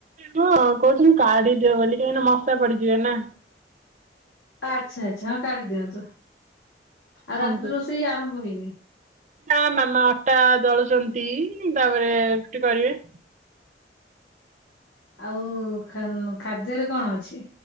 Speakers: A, on the right (about 40°); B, on the left (about 80°).
A: ହଁ କହୁଛନ୍ତି କାଢିଦିଅ ବୋଲି କାହିଁକିନା ମଶା ପଡିଯିବେ ନା
B: ଆଚ୍ଛା ଆଚ୍ଛା ହଁ କାଢି ଦିଅନ୍ତୁ ଆଉ ରାତ୍
A: କୁହନ୍ତୁ।
B: ରି ରୋଷେଇ ଆରମ୍ଭ ହେଇନି
A: ନା ମାମା ଅଟା ଦଳୁଛନ୍ତି ତାପରେ ରୁଟି କରିବେ
B: ଆଉ ଖାନ୍ ଖାଦ୍ୟରେ କଣ ଅଛି